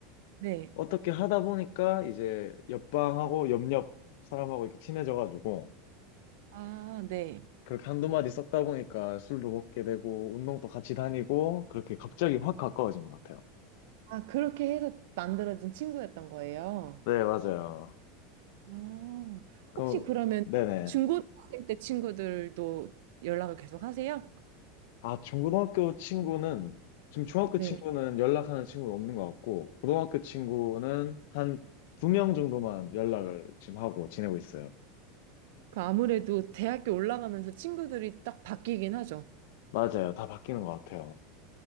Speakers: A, on the right (about 75°); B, on the left (about 70°).
A: 네.
B: 어떻게 하다 보니까 이제 옆방하고 옆옆 사람하고 이렇게 친해져가지고
A: 아, 네.
B: 그렇게 한두 마디 썼다 보니까 술도 먹게 되고 운동도 같이 다니고 그렇게 갑자기 확 가까워진 것 같아요.
A: 아, 그렇게 해서 만들어진 친구였던 거예요.
B: 네, 맞아요.
A: 아,
B: 그럼,
A: 혹시 그러면
B: 네네.
A: 중고등학생 때 친구들도 연락을 계속 하세요?
B: 아, 중고등학교 친구는, 지금 중학교
A: 네.
B: 친구는 연락하는 친구는 없는 것 같고, 고등학교 친구는 한 두 명 정도만 연락을 지금 하고 지내고 있어요.
A: 그 아무래도 대학교 올라가면서 친구들이 딱 바뀌긴 하죠.
B: 맞아요. 다 바뀌는 것 같아요.